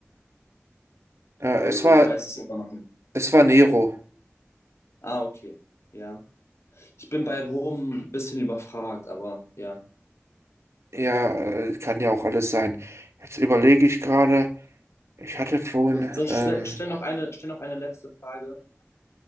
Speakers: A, on the right; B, on the left.
A: Äh,
B: Äh,
A: es war,
B: ich weiß es immer noch nicht.
A: es war Nero.
B: Ah, okay. Ja. Ich bin bei Rom ein bisschen überfragt, aber ja.
A: Er äh, kann ja auch alles sein. Jetzt überlege ich gerade, ich hatte vorhin,
B: So, Sonst
A: ähm,
B: stell, stell, noch eine, stell noch eine letzte Frage.